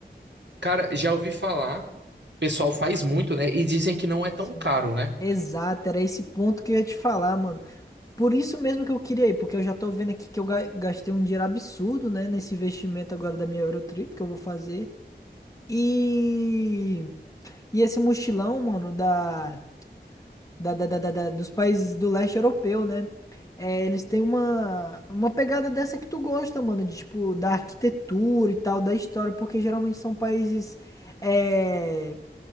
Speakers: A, on the right; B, on the left.
A: Cara, já ouvi falar, o pessoal faz muito, né? E dizem que não é tão
B: Sim,
A: caro, né?
B: exato, era esse ponto que eu ia te falar, mano. Por isso mesmo que eu queria ir, porque eu já tô vendo aqui que eu ga- gastei um dinheiro absurdo, né, nesse investimento agora da minha Eurotrip que eu vou fazer. E, e esse mochilão, mano, da, da, da, da, da- da- dos países do leste europeu, né? É, eles têm uma, uma pegada dessa que tu gosta, mano, de tipo, da arquitetura e tal, da história, porque geralmente são países é,